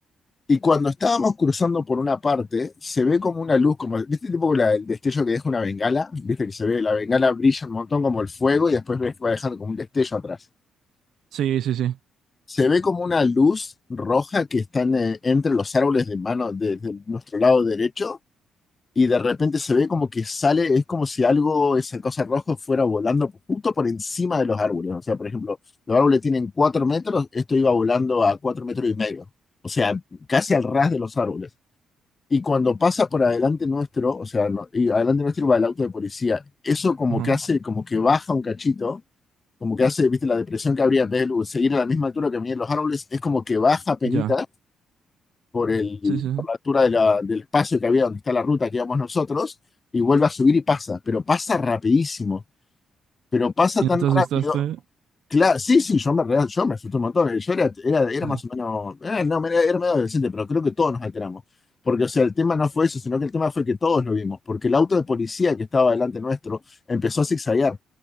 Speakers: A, on the left (about 30°); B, on the right (about 75°).
A: Y cuando estábamos cruzando por una parte, se ve como una luz, como, ¿viste tipo la- el destello que deja una bengala? ¿Viste que se ve? La bengala brilla un montón como el fuego y después ves que va dejando como un destello atrás.
B: Sí, sí, sí.
A: Se ve como una luz roja que está en, eh, entre los árboles de mano de, de nuestro lado derecho y de repente se ve como que sale, es como si algo, esa cosa roja fuera volando justo por encima de los árboles. O sea, por ejemplo, los árboles tienen cuatro metros, esto iba volando a cuatro metros y medio. O sea, casi al ras de los árboles. Y cuando pasa por adelante nuestro, o sea, no- y adelante nuestro va el auto de policía, eso como
B: Ajá.
A: que hace, como que baja un cachito, como que hace, viste, la depresión que habría en vez de lu- seguir a la misma altura que venían los árboles, es como que baja penita
B: Ya.
A: por el,
B: Sí, sí.
A: por la altura de la- del espacio que había donde está la ruta que íbamos nosotros, y vuelve a subir y pasa, pero pasa rapidísimo, pero pasa
B: ¿Y
A: tan
B: no te
A: rápido
B: asustaste?
A: Claro, sí, sí, yo me, re- yo me asusté un montón. Yo era, era, era
B: Ya,
A: más o menos, eh, no, era, era medio adolescente, pero creo que todos nos alteramos. Porque, o sea, el tema no fue eso, sino que el tema fue que todos lo vimos, porque el auto de policía que estaba delante nuestro empezó a zigzaguear.